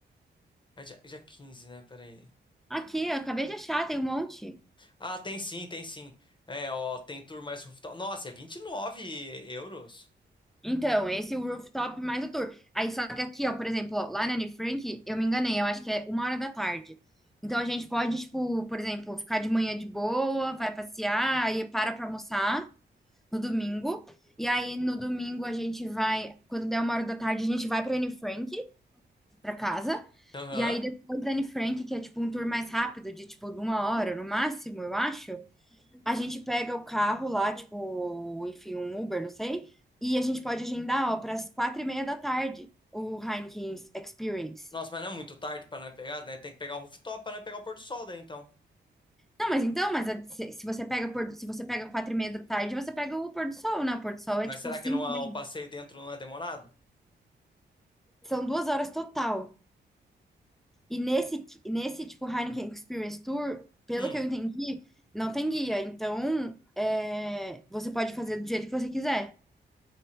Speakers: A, on the left; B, in the centre.
A: É dia, é dia 15, né? Peraí.
B: Aqui, eu acabei de achar, tem um monte.
A: Ah, tem sim, tem sim. É, ó, tem tour mais rooftop. Nossa, é vinte e nove euros.
B: Então, esse é o rooftop mais o tour. Aí, só que aqui, ó, por exemplo, ó, lá na Anne Frank, eu me enganei, eu acho que é uma hora da tarde. Então, a gente pode, tipo, por exemplo, ficar de manhã de boa, vai passear, aí para pra almoçar no domingo. E aí, no domingo, a gente vai, quando der uma hora da tarde, a gente vai pra Anne Frank, pra casa.
A: Aham.
B: E aí, depois da Anne Frank, que é, tipo, um tour mais rápido, de, tipo, de uma hora no máximo, eu acho. A gente pega o carro lá, tipo, enfim, um Uber, não sei, e a gente pode agendar, ó, para as quatro e meia da tarde o Heineken Experience.
A: Nossa, mas não é muito tarde pra não pegar, né? Tem que pegar o rooftop pra não pegar o pôr do sol daí, então.
B: Não, mas então, mas a- se se você pega pôr- do- se você pega quatro e meia da tarde, você pega o pôr do sol, né? O pôr do sol
A: Mas
B: é tipo
A: será
B: cinco
A: que não há-
B: e meia.
A: o passeio dentro não é demorado?
B: São duas horas total. E nesse, nesse tipo Heineken Experience Tour, pelo
A: Hum.
B: que eu entendi, não tem guia. Então, é, você pode fazer do jeito que você quiser,